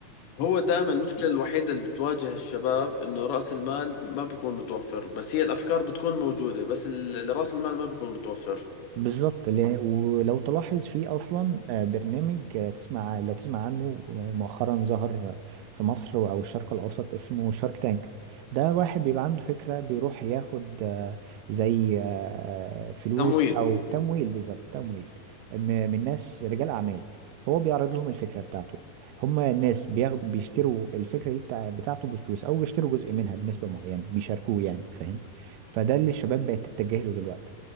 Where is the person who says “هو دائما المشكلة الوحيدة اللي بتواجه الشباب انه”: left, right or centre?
Left